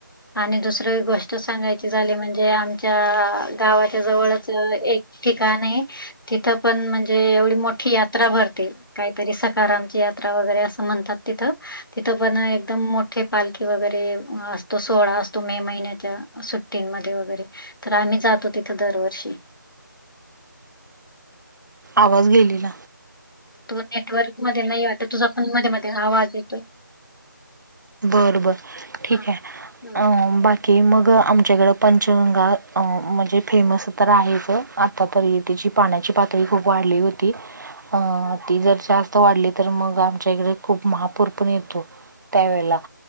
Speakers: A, on the left (about 80°); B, on the right (about 60°).
A: आणि दुसरं <unintelligible> गोष्ट सांगायची झाली म्हणजे आमच्या गावाच्या जवळच एक ठिकाण आहे <unintelligible> तिथं पण म्हणजे एवढी मोठी यात्रा भरते काहीतरी स आमची यात्रा वगैरे असं म्हणतात तिथं <unintelligible> तिथं पण एकदम मोठे पालखी वगैरे असतो सोहळा असतो मे महिन्याच्या सुट्टींमध्ये वगैरे तर आम्ही जातो तिथं दरवर्षी
B: आवाज गेलेला <unintelligible>
A: तू नेटवर्क मध्ये नाही वाटत तुझा फोन मध्ये मध्ये आवाज येतोय
B: बर बर ठीक
A: हा
B: आहे
A: हम्म.
B: अ <unintelligible> बाकी मग आमच्याकडं पंचगंगा म्हणजे फेमस तर आहेच आता तरी <unintelligible> तिची पाण्याची पातळी खूप वाढली होती <unintelligible> अ ती जर जास्त वाढली तर मग आमच्या इकडे खूप महापूर पण येतो त्यावेेळेला <unintelligible>